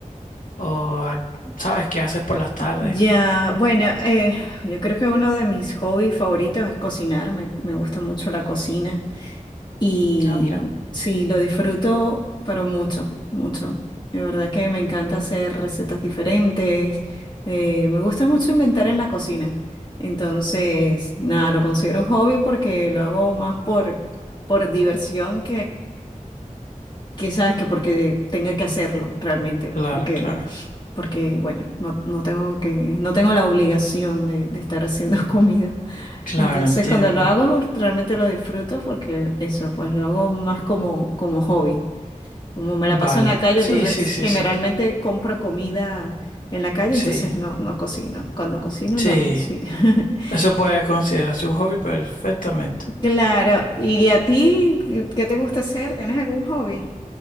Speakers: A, on the left; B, on the left.
A: o a- sabes qué haces por las tardes?
B: Ya, bueno, eh, yo creo que uno de mis hobbies favoritos es cocinar, me, me gusta mucho la cocina. Y
A: Ah, mira,
B: sí, lo disfruto, pero mucho, mucho. De verdad que me encanta hacer recetas diferentes. Eh, me gusta mucho inventar en la cocina. Entonces, nada, lo considero un hobby porque lo hago más por, por diversión que sabes que porque tenga que hacerlo realmente,
A: claro,
B: porque,
A: claro,
B: porque bueno, no, no tengo que, no tengo la obligación de, de estar haciendo <laughs> comida.
A: claro,
B: Entonces
A: entiendo.
B: cuando lo hago realmente lo disfruto porque eso, pues lo hago más como, como hobby. Como me
A: Vale,
B: la paso en la calle,
A: sí,
B: entonces
A: sí, sí,
B: generalmente
A: sí,
B: compro comida en la calle,
A: sí,
B: entonces no, no cocino. Cuando cocino
A: sí.
B: lo hago así. <laughs>
A: Eso puede considerarse un hobby perfectamente.
B: Claro, ¿y a ti qué te gusta hacer? ¿Tienes algún hobby?